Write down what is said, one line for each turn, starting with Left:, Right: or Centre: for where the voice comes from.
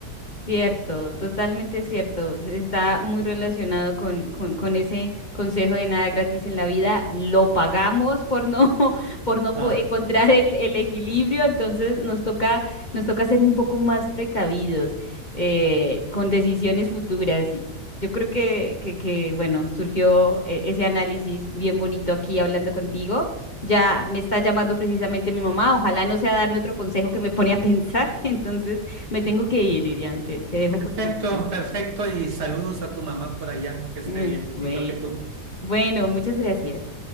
Left: Cierto, totalmente cierto. Se- Está muy relacionado con, con, con ese consejo de nada gratis en la vida. Lo pagamos por no, <laughs> por no
Right: Ah,
Left: po- encontrar el, el equilibrio, entonces nos toca, nos toca ser un poco más precavidos eh, con decisiones futuras. Y Yo creo que, que, que, bueno, surgió eh, ese análisis bien bonito aquí hablando contigo. Ya me está llamando precisamente mi mamá. Ojalá no sea darme otro consejo que me pone a pensar. <laughs> Entonces... Me tengo que ir, Irian. Te, te dejo
Right: Perfecto,
Left: por el momento.
Right: perfecto. Y saludos a tu mamá por allá, que esté
Left: Eh,
Right: bien,
Left: Bueno,
Right: igual que tú.
Left: bueno, muchas gracias.